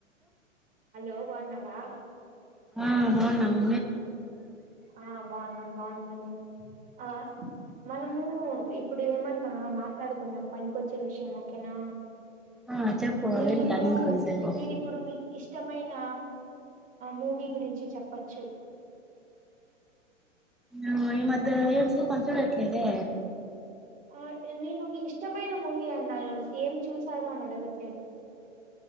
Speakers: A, on the right; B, in the centre.
A: హలో బాగున్నారా
B: ఆ బాగున్నామ్
A: ఆ బాగున్నాం బాగున్నాము ఆ మనము ఇప్పుడు ఏమన్నా మాట్లాడుకుందాం పనికిచ్చే విషయం ఓకేనా
B: ఆ చెప్పు
A: మీరిప్పుడు
B: వింటాను ఇంకొంసేపు
A: మీరిప్పుడు మీ ఇష్టమైన మూవీ గురించి చెప్పచ్చు
B: ఆ ఈ మధ్య ఏం సినిమా చూడట్లేదే
A: ఆ నేను మీ ఇష్టమైన మూవీ అన్నాను ఏమి చూసారో అని అడగట్లేదు